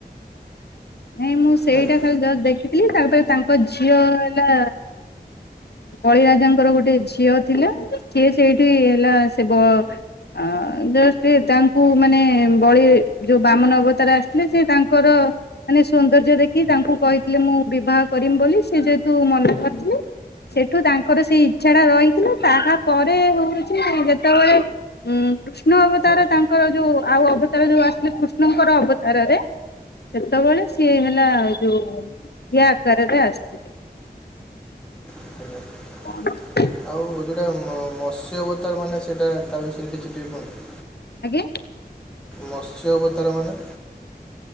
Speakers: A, on the left (about 85°); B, in the centre.
A: ନାଇଁ ମୁଁ ସେଇଟା
B: ନାଇଁ କି
A: ଖାଲି ଦେଖିଥିଲି ତାପରେ ତାଙ୍କ ଝିଅ ହେଲା। ବଳିରାଜାଙ୍କର ଗୋଟେ ଝିଅ ଥିଲା ସିଏ ସେଇଠି ହେଲା ସେ ବ ଅଁ ଯେ ସେ ତାଙ୍କୁ ମାନେ ବଳି ଯେଉଁ ବାମନ ଅବତାର ଆସିଥିଲେ ସେ ତାଙ୍କର ମାନେ ସୌନ୍ଦର୍ଯ୍ୟ ଦେଖି ତାଙ୍କୁ କହିଥିଲେ ମୁଁ ବିବାହ କରିମ ବୋଲି ସେ ଯେହେତୁ ମନା କରିଥିଲେ। ସେଠୁ ତାଙ୍କର ସେଇ ଇଚ୍ଛାଟା ରହିଥିଲା ତାହା ପରେ ହଉଛି ଯେତେବେଳେ ଉଁ କୃଷ୍ଣ ଅବତାର ତାଙ୍କର ଯୋଉ ଆଉ ଅବତାର ଯୋଉ ଆସିଲେ କୃଷ୍ଣଙ୍କର ଅବତାରରେ ଯେତେବେଳେ ସିଏ ହେଲା ଯୋଉ ଇଏ ଆକାରରେ ଆସିଥିଲେ।
B: <inaudible>
A: <inaudible>
B: ଆଉ ଯୋଉଟା ମ ମତ୍ସ୍ୟ ଅବତାର ମାନେ ସେଇଟା ତା ବିଷୟରେ କିଛି ଟିକେ କହି
A: ଆଜ୍ଞା।
B: ମତ୍ସ୍ୟ ଅବତାରମାନେ।